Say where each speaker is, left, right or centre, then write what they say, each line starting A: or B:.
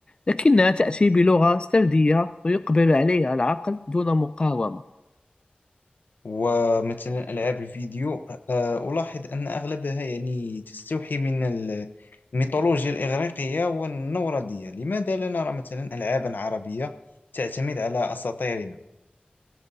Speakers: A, on the left; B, on the left.
A: لكنها تأتي بلغة سردية ويقبل عليها العقل دون مقاومة
B: ومثلا ألعاب الفيديو آه، ألاحظ أن أغلبها يعني تستوحي من ال- الميثولوجيا الإغريقية والنوردية لماذا لا نرى مثلا ألعابا عربية تعتمد على أساطيرنا